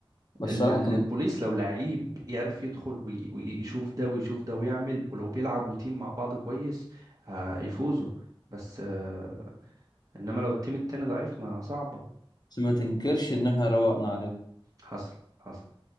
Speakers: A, on the left; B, on the right.
A: بس
B: ال-
A: الصراحة
B: ال-
A: كانت
B: البوليس لو لعيب يعرف يدخل وي- ويشوف ده ويشوف ده ويعمل ولو بيلعبوا تيم مع بعض كويس هيفوزوا بس آه، انما لو التيم التاني ضعيف ما صعبة
A: بس ما تنكرش ان احنا روقنا عليكم
B: حصل حصل